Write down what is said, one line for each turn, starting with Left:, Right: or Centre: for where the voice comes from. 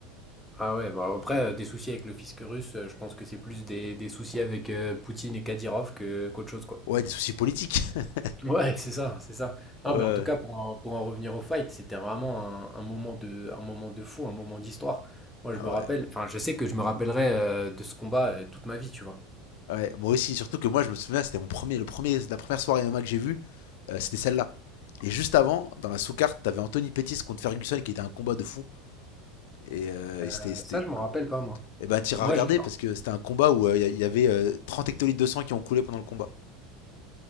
Centre: Ah ouais, bah après, euh, des soucis avec le fisc russe, euh, je pense que c'est plus des, des soucis avec euh, Poutine et Kadyrov que qu'autre chose, quoi.
Left: Ouais, des soucis politiques. <laughs>
Centre: Ouais, c'est ça, c'est ça. Non,
Left: Ouais, ouais.
Centre: mais en tout cas, pour en, pour en revenir au fight, c'était vraiment un, un moment de, un moment de fou, un moment d'histoire. Moi,
Left: Ah
Centre: je me rappelle,
Left: ouais.
Centre: enfin, je sais que je me rappellerai euh, de ce combat euh, toute ma vie, tu vois.
Left: Ouais, moi aussi. Surtout que moi, je me souviens, c'était mon premier, le premier, la première soirée MMA que j'ai vue. euh, c'était celle-là. Et juste avant, dans la sous-carte, t'avais Anthony Pettis contre Ferguson qui était un combat de fou. Et, euh, et
Centre: Euh,
Left: c'était, c'était
Centre: ça, je m'en rappelle pas, moi.
Left: Et bah, t'iras
Centre: Moi,
Left: regarder
Centre: j'ai-
Left: parce que c'était un combat où euh, il y a- il y avait euh, 30 hectolitres de sang qui ont coulé pendant le combat.